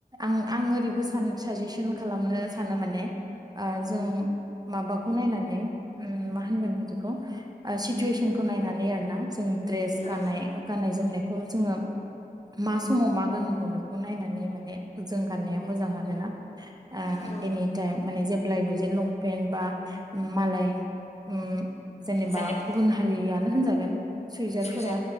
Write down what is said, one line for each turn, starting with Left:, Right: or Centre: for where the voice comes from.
Right: आं-आं ओरैबो सा सान साजेसन खालामनो सानो माने ओ जों माबाखौ नायनानै उम मा होनगोन बिदिखौ ओ सिटुवेसनखौ नायनानै आरो ना आं जों द्रेस
Left: औ
Right: गाननाय गाननाय जोमनाय खौ जोङो मा समाव मा गाननांगौ बेखौ नायनानै माने जों गाननाया मोजां आरोना ओ
Left: औ
Right: एनि थाइम माने जे जेब्लायबो जे लंपेन्ट बा मालाय ओम जेनोबा
Left: जेनेबा
Right: गुबुन हारिया होनजागोन सुइजारफोरा
Left: सुइजार